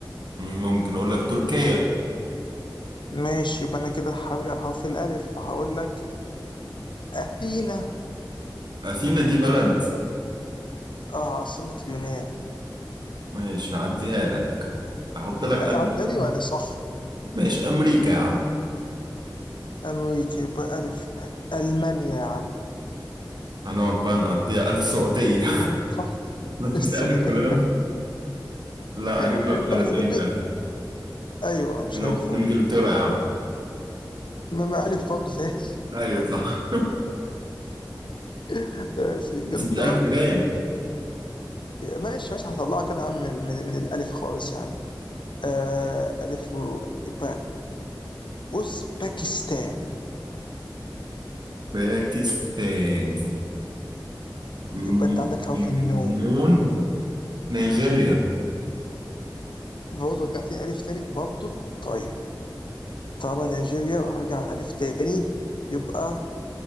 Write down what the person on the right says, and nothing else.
مم، ممكن أقول لك تركيا
أثينا دي بلد
ماشي هعديها لك احط لك
1000 دولار
ماشي امريكا يا عم
هنقعد بقى نقضيها 1000 سعودية
<laughs>
يعني فلان لا
اجيب لك واحد
تاني
ب 1000
ممكن
انجلترا يا عم
ايوه صح
بس مش 1000 جنيه
باكستان ممكن
مليون
نيجيريا